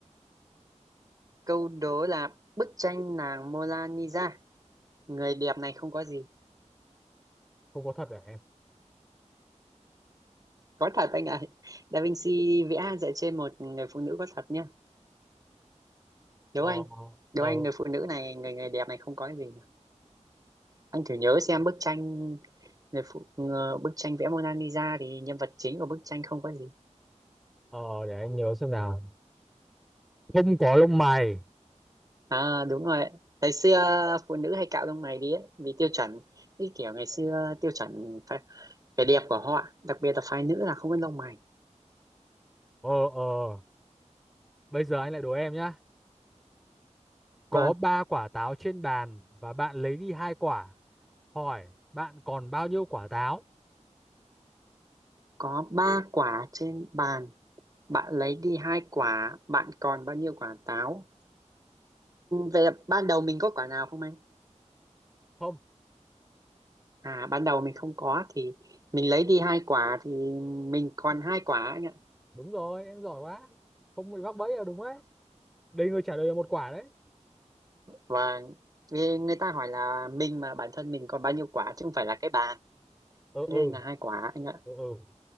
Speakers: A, on the right; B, in the centre.
A: câu đố là bức tranh nàng Mona Lisa. Người đẹp này không có gì
B: không có thật à em.
A: có thật anh ạ Da Vinci vẽ dựa trên một người phụ nữ có thật nhá đố
B: Ờ
A: anh đố
B: ờ
A: anh người phụ nữ này người người đẹp này không có cái gì cả. anh thử nhớ xem bức tranh người phụ ngờ- bức tranh vẽ Mona Lisa thì nhân vật chính của bức tranh không có gì
B: ờ để anh nhớ xem nào. Không có lông mày.
A: à đúng rồi ngày xưa phụ nữ hay cạo lông mày đi ấy, vì tiêu chuẩn cái kiểu ngày xưa tiêu chuẩn phải, vẻ đẹp của họ đặc biệt là phái nữ là không có lông mày
B: Ờ ờ, bây giờ anh lại đố em nhá. Có
A: vâng
B: ba quả táo trên bàn và bạn lấy đi hai quả. Hỏi bạn còn bao nhiêu quả táo?
A: có ba quả trên bàn bạn lấy đi hai quả bạn còn bao nhiêu quả táo Về ban đầu mình có quả nào không anh?
B: Không,
A: À ban đầu mình không có thì mình lấy đi hai quả thì mình còn hai quả anh ạ.
B: đúng rồi, em giỏi quá. Không bị mắc bẫy là đúng đấy. Đây người trả lời là một quả đấy.
A: Và vì người ta hỏi là mình mà bản thân mình còn bao nhiêu quả chứ không phải là cái bàn.
B: Ừ
A: Thế
B: ừ
A: nên là hai quả anh ạ.
B: ừ ừ